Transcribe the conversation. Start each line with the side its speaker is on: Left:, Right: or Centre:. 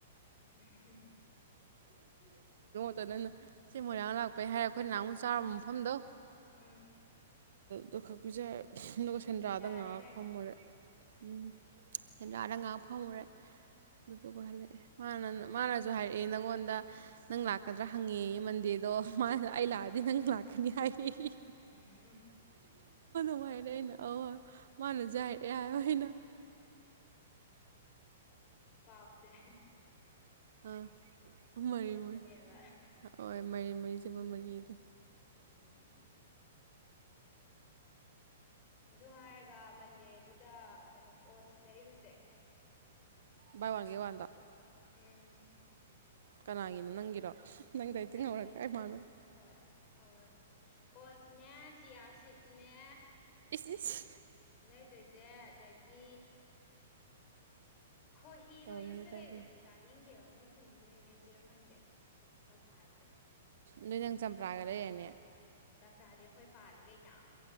Left: ꯎꯝꯍꯨ <unintelligible>
Right: ꯑꯗ ꯅꯪꯅ ꯁꯤ ꯃꯣꯏꯔꯥꯡ ꯂꯥꯛꯄꯩ ꯍꯥꯏꯔꯦ ꯑꯩꯈꯣꯏꯅ ꯅꯍꯥꯟꯃꯨꯛ ꯆꯥꯔꯨꯕ ꯃꯐꯝꯗꯣ
Left: ꯎꯝ ꯎꯝ
Right: ꯗꯣ ꯈꯛ ꯄꯤꯖꯔꯦ ꯑꯗꯨꯒ ꯁꯦꯟꯗ꯭ꯔꯥꯗ
Left: ꯌꯥꯔꯦ
Right: ꯉꯥꯏꯍꯥꯛ
Left: ꯀꯩꯅꯣ
Right: ꯐꯝꯃꯨꯔꯦ ꯎꯝ ꯁꯦꯟꯗ꯭ꯔꯥꯗ ꯉꯍꯥꯛ ꯐꯝꯃꯨꯔꯦ ꯑꯗꯨꯗꯨꯒ ꯍꯜꯂꯛꯑꯦ ꯃꯥꯅ ꯃꯥꯅꯁꯨ ꯍꯥꯏꯔꯛꯑꯦ ꯅꯪꯉꯣꯟꯗ ꯅꯪ ꯂꯥꯛꯀꯗ꯭ꯔꯥ ꯍꯪꯉꯦꯌꯦ ꯃꯟꯗꯦꯗꯣ ꯃꯥ ꯑꯩ ꯂꯥꯛꯑꯗꯤ ꯅꯪ ꯂꯥꯛꯀꯅꯤ ꯍꯥꯏꯌꯦ ꯌꯦ
Left: ꯎꯝ
Right: ꯅꯨꯡꯉꯥꯏꯔꯦ ꯑꯩꯅ ꯑꯧ ꯃꯥꯅ ꯁꯤ ꯍꯥꯏꯔꯛꯑꯦ ꯍꯥꯏꯕ ꯑꯩꯅ
Left: ꯄꯥꯎꯗ
Right: ꯑꯥ ꯃꯣꯏ
Left: ꯆꯠꯄꯅꯦꯕ
Right: ꯃꯣꯏ ꯍꯣꯏ ꯃꯥꯏꯔꯦꯟ ꯃꯔꯤ ꯁꯦꯕꯣꯠ ꯃꯔꯤꯗꯣ
Left: ꯎꯝ ꯑꯗꯨ ꯍꯥꯏꯔꯒ ꯃꯟꯗꯦꯗꯨꯗ ꯀꯩꯅꯣ ꯑꯣꯠꯁ ꯂꯩꯔꯨꯁꯦ
Right: ꯚꯥꯏ ꯋꯥꯟꯒꯦꯠ ꯋꯥꯟꯗꯣ
Left: ꯎꯝ
Right: ꯀꯅꯥꯒꯤꯅꯣ ꯅꯪꯒꯤꯔꯣ ꯅꯪꯗꯩ ꯇꯤꯡꯍꯧꯔꯛꯀꯥꯏ
Left: ꯑꯩꯒꯤ
Right: ꯃꯥꯜꯂꯨꯔꯦ
Left: ꯍꯣꯏ ꯍꯧꯔꯒꯦ ꯑꯣꯠꯁꯅꯦ ꯆꯤꯌꯥꯁꯤꯠꯅꯦ
Right: ꯁꯤꯁ
Left: ꯂꯩꯗꯣꯏꯁꯦ ꯑꯗꯒꯤ ꯈꯣꯏꯍꯤꯗꯣ
Right: ꯇꯧꯔꯦ
Left: ꯌꯨꯝꯗ
Right: ꯇꯧꯔꯦ
Left: ꯂꯩꯕꯁꯤ ꯆꯥꯅꯤꯡꯗꯦꯕ ꯃꯣꯏ ꯈꯣꯏꯍꯤꯗꯣ ꯑꯣꯏꯅ ꯂꯩꯁꯤꯔꯥ ꯈꯪꯗꯦ ꯀꯧꯇꯥꯒꯤꯗ
Right: ꯅꯣꯏ ꯅꯪ ꯆꯝꯄ꯭ꯔꯥꯒ ꯂꯩꯔꯅꯤ
Left: ꯆꯝꯄ꯭ꯔꯥꯗꯤ ꯑꯩꯈꯣꯏ ꯄꯥꯜꯂꯤ ꯀꯩꯅꯣ